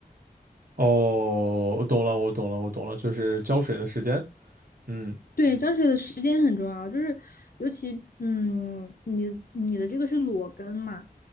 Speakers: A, on the right; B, on the left.
A: 哦，我懂了，我懂了，我懂了，就是浇水的时间。嗯，
B: 对，嗯浇水的时间很重要，就是尤其嗯，你你的这个是裸根嘛，